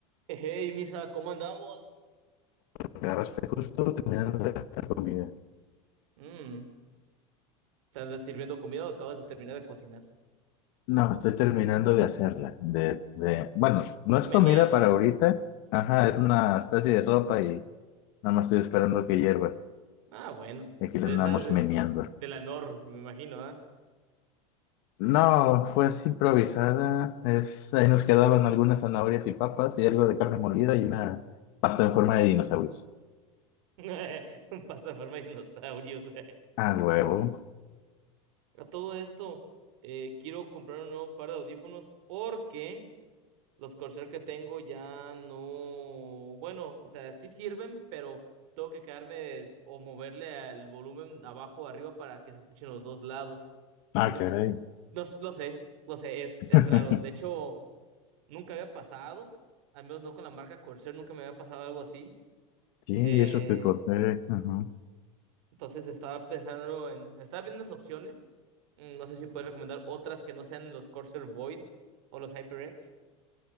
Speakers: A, on the right; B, on the left.
A: Hey, Misa, ¿cómo andamos?
B: agarraste justo terminando de hacer comida.
A: Mm, ¿te andas sirviendo comida o acabas de terminar de cocinar?
B: No, estoy terminando de hacerla. De, de, bueno, no es comida
A: Menearla.
B: para ahorita. Ajá, es una especie de sopa y nada más estoy esperando que hierva.
A: Ah, bueno.
B: Y Aquí
A: De
B: le andamos
A: esas de,
B: meneando.
A: de la Nor, me imagino, ¿ah?
B: No, fue así improvisada. Es, ahí nos quedaban algunas zanahorias y papas y algo de carne molida y una pasta en forma de dinosaurios.
A: <laughs> Un pasta en forma de dinosaurios. <laughs>
B: Ah, huevo.
A: A todo esto, eh, quiero comprar un nuevo par de audífonos porque los Corsair que tengo ya no. Bueno, o sea, sí sirven, pero tengo que quedarme o moverle el volumen abajo o arriba para que se escuchen los dos lados.
B: Ah,
A: ¿Tienes?
B: caray.
A: No, s- lo sé, lo sé, es,
B: <laughs>
A: es raro. De hecho, nunca había pasado, al menos no con la marca Corsair, nunca me había pasado algo así.
B: Sí, y
A: Eh,
B: eso que corté. ajá.
A: entonces estaba pensando en, estaba viendo unas opciones. Mm, No sé si puedes recomendar otras que no sean los Corsair Void o los HyperX.